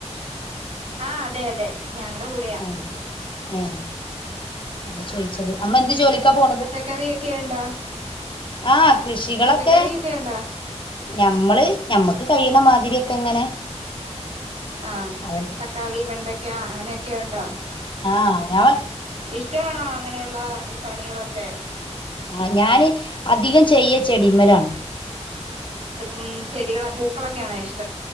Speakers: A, on the right (about 60°); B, on the left (about 45°).
A: ആഹ് അതെ അതെ ഞങ്ങടെ കൂടെയാ
B: ആഹ് ഏ അതാ ചോയിച്ചത് അമ്മ എന്ത് ജോലിക്കാ പോണത്
A: ക്കറിയൊക്കെ ഉണ്ടാ
B: ആഹ് കൃഷികളൊക്കെ
A: പച്ചക്കറിയൊക്കെ ഉണ്ടാ
B: ഞമ്മള് ഞമ്മക്ക് കഴിയ്ണ മാതിരിയൊക്കെ ഇങ്ങനെ
A: ആഹ്
B: അവൻ
A: തക്കാളി വെണ്ടയ്ക്ക അങ്ങനെയൊക്കെ ഉണ്ടോ
B: ആഹ് ഞാ
A: ഇഷ്ടാണോ അങ്ങനെയുള്ള പണികളൊക്കെ
B: ആഹ് ഞാന് അധികം ചെയ്യ ചെടിമ്മലാണ്
A: ഉം ചെടികളെ പൂക്കളക്കെയാണെ ഇ്ഷ്